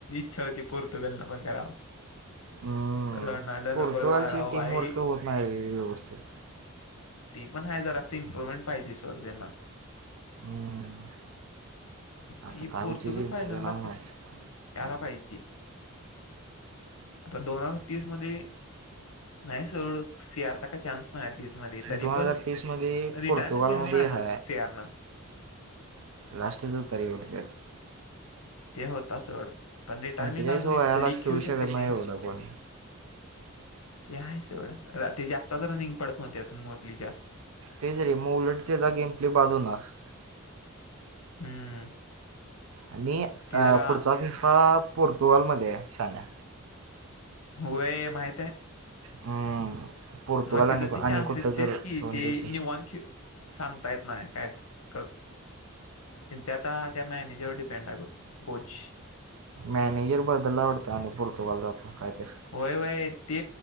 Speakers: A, on the left; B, on the right.
A: छ होती पोर्तुगल न पण कराव
B: हम्म.
A: रोनाल्डो
B: पोर्तुगालची
A: नकल माराव
B: टीम
A: बाई
B: वर्क होत नाही ववस्थित
A: ती पण आहे जरा असं इम्प्रुवमेंट पाहिजे सर् त्यांना
B: हम्म. आता
A: ती
B: काय
A: पोर्तुगल
B: होते त्यांचं
A: फायनल
B: ते नाव
A: लाखत
B: माहीत
A: याला पाहिजे आता दोन हजार तीस मध्ये नाही सवढ सी आरचा काय चान्स नाही तीस मध्ये तरी
B: दोन
A: पण
B: हजार तीस मध्ये
A: रिटायरमेंट
B: पोर्तुगाल
A: घ्याल
B: मध्ये
A: ना अजून
B: हा
A: सीआरनं
B: लास्टच तरीवेट का
A: ते होता सड पण रिटायरमेंट
B: पंचेचाळीस
A: अजून
B: वयाला
A: क घेऊ
B: खेळू
A: शकते
B: शकत नाही
A: ती
B: एवढा कोण
A: ते आहे स एवढं ते जागतच रनिंग पडत नव्हते असं मोस्टली जास्त
B: ते ज रे म उलटतेचा गेम प्ले बाधवणार
A: हम्म
B: आणि
A: ती
B: अ
A: जरा
B: पुढचा फिफा पोर्तुगालमध्येध्ये साण्या
A: होय माहित आहे
B: हम्म पोर्तुगाल
A: मग तिथं
B: आणि
A: ते चान्सेस
B: आणि कुठलं
A: तेच
B: तर
A: की
B: दोन
A: ते
B: देश
A: निवांत खेळ सांगता येत नाही काय क त्यांच्या आता त्या मॅनेजर व डिपेंड आहे कोच
B: मॅनेजर बद्दलला आवडत आणि पोर्तुगाल जातो काहीतरी
A: वय वय ते